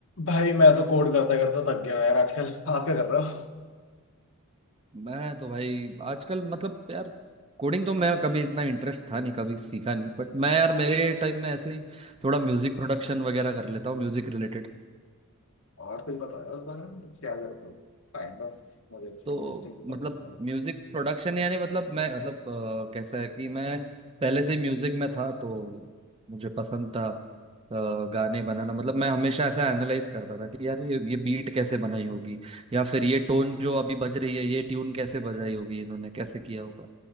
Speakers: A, on the left (about 65°); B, on the right (about 25°).
A: भाई मैं तो कोड करता करता थक गया हूँ यार आजकल आप क्या कर रहे हो
B: मैं तो भाई आजकल मतलब यार कोडिंग तो मैं कभी इतना इंटरेस्ट था नहीं कभी सीखा नहीं बट मैं यार मेरे टाइम में ऐसे ही थोड़ा म्यूजिक प्रोडक्शन वगैरह कर लेता हूँ म्यूजिक रिलेटेड
A: और कुछ बताओ यार उस बारे में मतलब क्या करते हो काइंड ऑफ मुझे
B: तो
A: इंटरेस्टिंग समझ
B: मतलब
A: नहीं आ
B: म्यूजिक प्रोडक्शन यानी मतलब मैं मतलब अ, कैसा है कि मैं पहले से म्यूजिक में था तो मुझे पसंद था अ, गाने बनाना मतलब मैं हमेशा ऐसा एनालाइज करता था कि यार ये ये बीट कैसे बनाई होगी या फिर ये टोन जो अभी बज रही है ये ट्यून कैसे बजाई होगी इन्होंने कैसे किया होगा